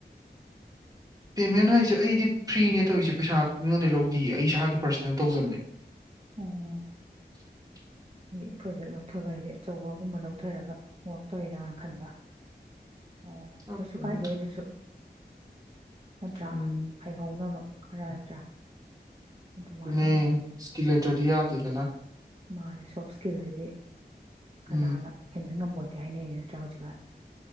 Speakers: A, on the right; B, on the right.
A: ꯄꯦꯃꯦꯟ ꯍꯥꯏꯁꯦ ꯑꯩꯗꯤ ꯐ꯭ꯔꯤꯅꯦ ꯇꯧꯔꯤꯁꯦ ꯄꯩꯁꯥ ꯃꯤꯉꯣꯟꯗꯩ ꯂꯧꯗꯌꯦ ꯑꯩ ꯏꯁꯥꯒꯤ ꯄꯥꯔꯁꯅꯦꯜ ꯇꯧꯖꯕꯅꯦ
B: ꯎꯝ
A: <inaudible>
B: ꯍꯥꯏꯗꯤ ꯄ꯭ꯔꯣꯖꯦꯛ ꯂꯧꯊꯕ ꯍꯥꯏꯗꯤꯦ ꯑꯆꯧꯕꯒꯨꯝꯕ ꯂꯧꯊꯔꯒ ꯋꯥꯛ ꯇꯧꯋꯔꯥꯅ ꯈꯟꯕ ꯑꯣ
A: ꯑꯗꯨꯅ,
B: ꯀꯩꯁꯨ ꯀꯥꯏꯗꯦ ꯑꯗꯨꯁꯨ ꯅꯠꯇ꯭ꯔꯥ
A: ꯎꯝ
B: ꯍꯩꯍꯧꯅꯕ ꯈꯔ ꯅꯠꯇ꯭ꯔꯥ ꯑꯗꯨꯃꯥꯏꯅ
A: ꯇ ꯏꯁꯀꯤ ꯏꯁꯇꯔꯤꯌꯥꯖꯤꯗꯅ
B: ꯃꯥꯅꯦ ꯁꯣꯞ ꯏꯁꯀꯤꯜꯁꯤꯗꯤ
A: ꯎꯝ
B: ꯀꯅꯥꯅ ꯍꯦꯟꯖꯤꯟ ꯉꯝ ꯄꯣꯠꯇꯤ ꯍꯥꯏꯅꯩꯅꯦ ꯅꯠꯇ꯭ꯔꯥ ꯍꯧꯖꯤꯛꯀꯥꯟ